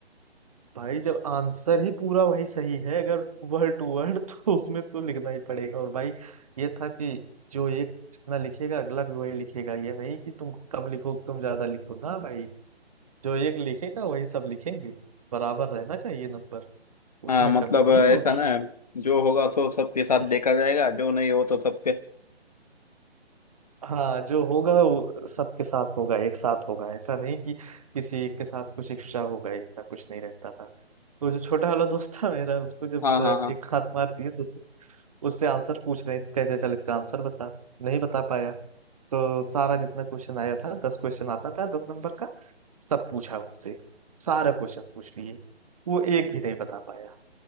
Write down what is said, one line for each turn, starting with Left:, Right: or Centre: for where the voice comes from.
Right: भाई जब आंसर ही पूरा वही सही है अगर वर्ड टू वर्ड <laughs> तो उसमें तो लिखना ही पड़ेगा और भाई ये था कि जो एक जितना लिखेगा अगला भी वही लिखेगा ये नहीं कि तुम कम लिखो तुम ज्यादा लिखो ना भाई जो एक लिखेगा वही सब लिखेंगे बराबर रहना चाहिए नंबर उसमें
Left: हाँ मतलब
Right: कमी नहीं
Left: ऐसा
Right: होगी
Left: ना जो होगा सो सबके साथ
Right: <laughs>
Left: देखा जाएगा जो नहीं हो तो सबके
Right: हाँ जो होगा वो सबके साथ होगा एक साथ होगा ऐसा नहीं कि किसी एक के साथ कुछ एक्स्ट्रा होगा ऐसा कुछ नहीं रहता था तो जो छोटा वाला दोस्त था मेरा उसको जब
Left: हाँ
Right: सर
Left: हाँ हाँ
Right: एक हाथ मार दिए तो उसको उससे आंसर पूछ रहे हैं, कैसे चल इसका आंसर बता नहीं बता पाया तो सारा जितना क्वेश्चन आया था दस क्वेश्चन आता था दस नंबर का सब पूछा उससे सारा क्वेश्चन पूछ लिए वो एक भी नहीं बता पाया